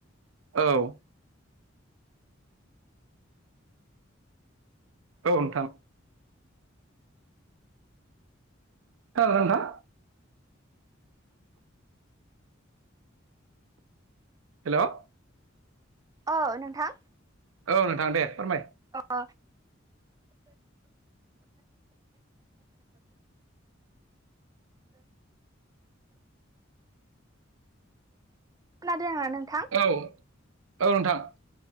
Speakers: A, on the right; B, on the right.
A: औ औ नोंथां खोनादों ना नोंथां हेल'
B: औ नोंथां
A: औ नोंथां दे फोरमाय।
B: अ खोनादों ना नोंथां?
A: औ औ नोंथां।